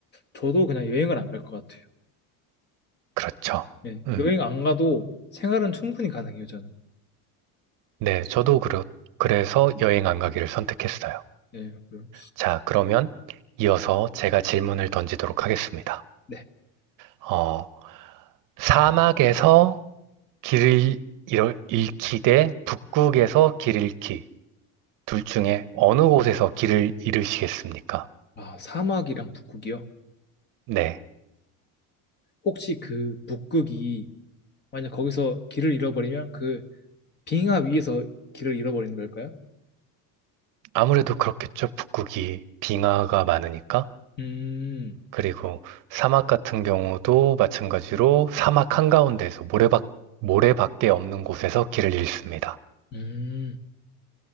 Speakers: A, on the left; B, on the right.
A: 저도 그냥 여행을 안 갈 것 같아요.
B: 그렇죠.
A: 네.
B: 음.
A: 여행 안 가도 생활은 충분히 가능해요, 저는.
B: 네, 저도 그렇, 그래서 여행 안 가기를 선택했어요.
A: 네. 그럼.
B: 자, 그러면 이어서 제가 질문을 던지도록 하겠습니다.
A: 네.
B: 어, 사막에서 길을 잃- 잃기 대 북극에서 길 잃기. 둘 중에 어느 곳에서 길을 잃으시겠습니까?
A: 아, 사막이랑 북극이요.
B: 네.
A: 혹시 그 북극이 만약 거기서 길을 잃어버리면 그 빙하 위에서 길을 잃어버리는 걸까요?
B: 아무래도 그렇겠죠. 북극이 빙하가 많으니까.
A: 음.
B: 그리고 사막 같은 경우도 마찬가지로 사막 한가운데에서 모래밖, 모래밖에 없는 곳에서 길을 잃습니다.
A: 음.